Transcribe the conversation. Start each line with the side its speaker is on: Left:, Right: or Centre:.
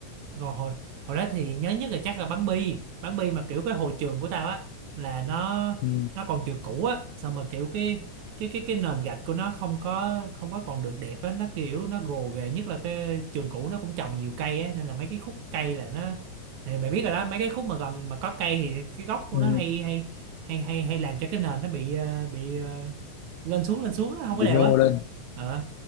Right: rồi hồi hồi đó thì nhớ nhất là chắc là bắn bi bắn bi mà kiểu cái hồi trường của tao á là nó
Left: ừ,
Right: nó còn trường cũ á xong mà kiểu cái cái cái cái nền gạch của nó không có không có còn được đẹp á nó kiểu nó gồ ghề nhất là cái trường cũ nó cũng trồng nhiều cây á nên là mấy cái khúc cây là nó thì mày biết rồi đó mấy cái khúc mà gần mà có cây thì cái gốc của
Left: ừ,
Right: nó hay hay hay hay hay làm cho cái nền nó bị ờ, bị ờ, lên xuống lên xuống á, không
Left: bị
Right: có đều
Left: nhô
Right: á
Left: lên
Right: ờ